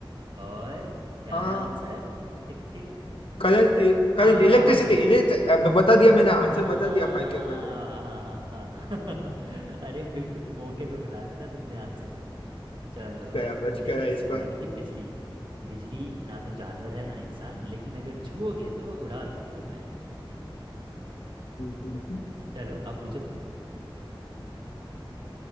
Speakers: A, on the right (about 60°); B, on the left (about 85°).
A: और क्या
B: हाँ
A: है आंसर Tick tick
B: Current current
A: five
B: electricity मैं बता दिया मैंने आंसर
A: हाँ
B: बता दिया फाइव के पहले
A: हाँ हाँ हाँ <laughs> अरे बिल्कुल मौके पे बताया पता है तुमने आंसर को चलो
B: गया बच
A: इलेक्ट्रिसिटी
B: गया इस बार
A: यानी कि बिजली बिजली ना तो जानवर है ना इंसान लेकिन अगर छुओगे तो वो उड़ा देगी तुम्हें
B: तो
A: चलो अब पूछो तुम